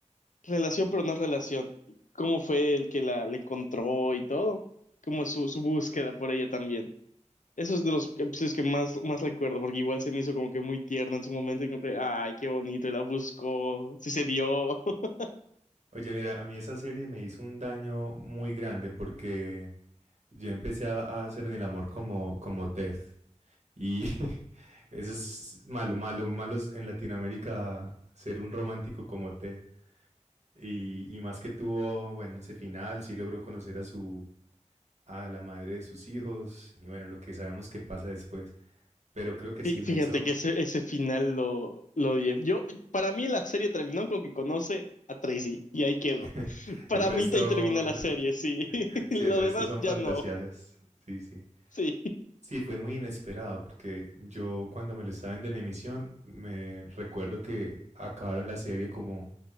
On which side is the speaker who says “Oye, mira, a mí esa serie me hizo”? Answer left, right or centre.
Right